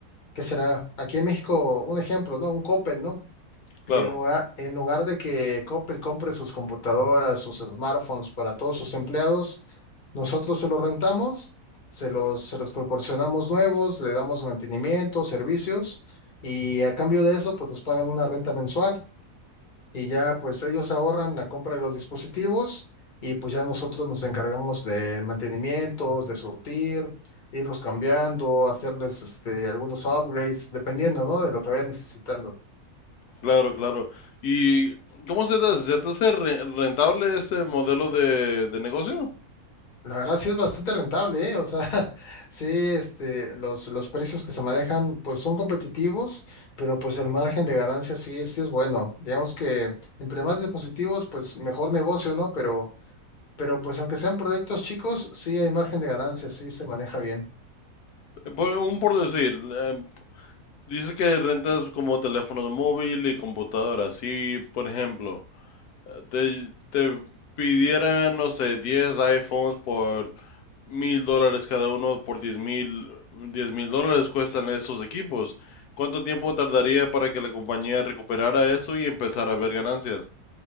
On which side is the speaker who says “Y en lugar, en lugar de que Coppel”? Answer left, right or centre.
Left